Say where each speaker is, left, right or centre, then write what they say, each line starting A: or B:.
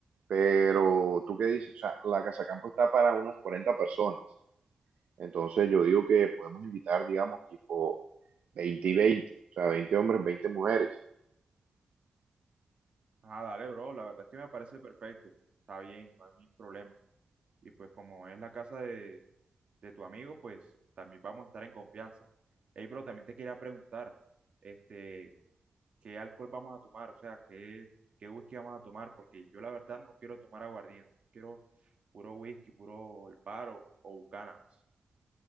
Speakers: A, on the right; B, on the right.
A: Pero tú qué dices, o sea, la casa campo está para unas 40 personas. Entonces yo digo que podemos invitar, digamos, tipo 20 y veinte o sea, 20 hombres, 20 mujeres.
B: Ah, dale, bro, la verdad es que me parece perfecto, está bien, no hay ningún problema. Y pues como es la casa de, de tu amigo, pues también vamos a estar en confianza. Hey, bro, también te quería preguntar, este, qué alcohol vamos a tomar, o sea, qué, qué whisky vamos a tomar, porque yo la verdad no quiero tomar aguardiente, quiero puro whisky, puro El Paro o Buchanan's.